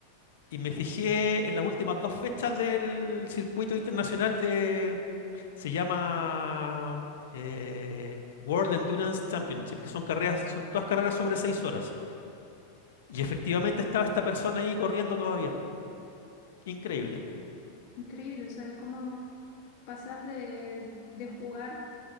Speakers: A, on the left; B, on the left.
A: y me fijé en las últimas dos fechas del circuito internacional de, se llama eh, World Endurance Championship, que son carreras, son todas carreras sobre 6 horas. Y efectivamente estaba esta persona ahí corriendo todavía. Increíble.
B: increíble, o sea, cómo pasas de, de jugar